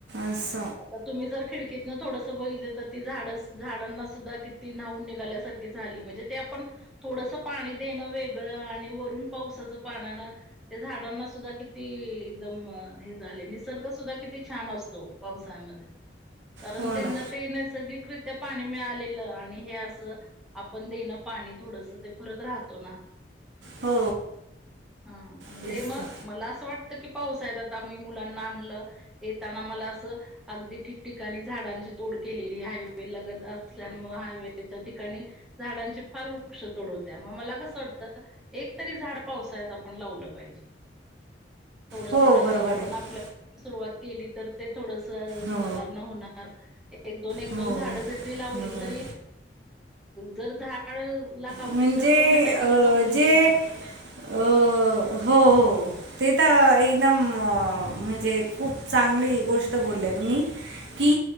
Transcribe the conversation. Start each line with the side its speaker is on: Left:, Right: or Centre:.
Right: अस.
Centre: आता तुम्ही जर खिडकीतनं थोडंसं बघितलं तर ती झाड झाडांना सुद्धा किती नवून निघाल्यासारखी झाली म्हणजे. ते आपण थोडंस पाणी देणं वेगळं आणि वरून पावसाचं पाण्यानं. त्या झाडांना सुद्धा किती एकदम हे. झाले निसर्ग सुद्धा किती छान असतो पावसाळमध्ये. कारण
Right: हो
Centre: त्यांना
Right: ना
Centre: ते नैसर्गिकरित्या पाणी मिळालेलं आणि हे असं. आपण देणं पाणी थोडस ते फरक राहतो ना.
Right: हो
Centre: हा मण
Right: तेच
Centre: म
Right: तर
Centre: मला असं वाटत कि पाऊस आहे आता. मी मुलांना आणलं येताना मला अस. अगदी ठिकठिकाणी झाडांची तोड केलेली हायवे लगत असल्यामुळे हायवेच्या ठिकाणी. झाडांचे फार वृक्ष तोडवत्या मग मला कसं वाटतं. एक तरी झाड पावसाळ्यात आपण लावलं पाहिजे. थोडं
Right: हो
Centre: थोडं
Right: बरोबर
Centre: आपण
Right: आहे
Centre: आपल्या सुरुवात केली तर ते थोडस
Right: हो
Centre: सुद्धा. होणार एक दोन एक
Right: हो
Centre: दोन झाड जरी लावली
Right: बरोबर
Centre: तरी. जर झाड लावली
Right: म्हणजे
Centre: तर तो नॅचरल
Right: अं,
Centre: ऑक्सिजन
Right: जे
Centre: आहे आपल्याला.
Right: अं, हो हो ते तर एकदम म्हणजे खूप चांगली गोष्ट बोलली तुम्ही. कि